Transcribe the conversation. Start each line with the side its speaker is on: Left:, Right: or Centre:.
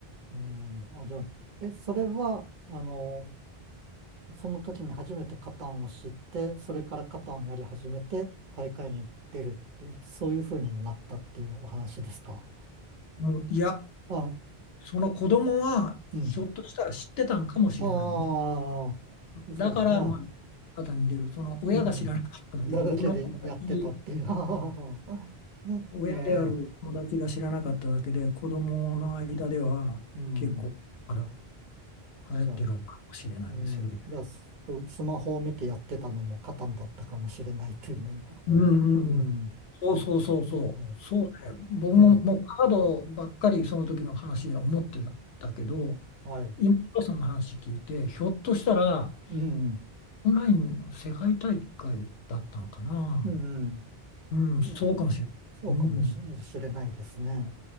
Right: うん。あ、じゃあ、え、それは、あの、その時に初めてカタンを知って、それからカタンをやり始めて、大会に出るって、そういう風になったっていうお話ですか
Left: うんいや、
Right: あ、
Left: その子供はひょっとしたら知ってたんかもしれないね。
Right: うん。ああ、実は、
Left: だから、まあ、
Right: あ、
Left: 肩に出る、その親が知らなかっただけで、
Right: うん。だけでやってたっていう。
Left: 僕の友達、
Right: <laughs>
Left: 親である友達が知らなかっただけで、
Right: ええ、
Left: 子供の間では結構まだ
Right: うん。
Left: 流行ってるのかもしれないね、
Right: じゃあ、うん。
Left: セルビア。
Right: じゃあ、ス、スマホを見てやってたのもカタンだったかもしれないという。
Left: うんうんうん。
Right: うん。
Left: そうそうそうそう。
Right: そ
Left: そうね。僕ももうカードばっかりその時の話で思ってたけど、
Right: うええ、はい。
Left: 今、ヒロさんの話聞いて、ひょっとしたら、
Right: うん。
Left: オンラインの世界大会だったのかな。
Right: うん。
Left: うん、そうかもしれない。
Right: うん。そうかもししれないですね。
Left: うん、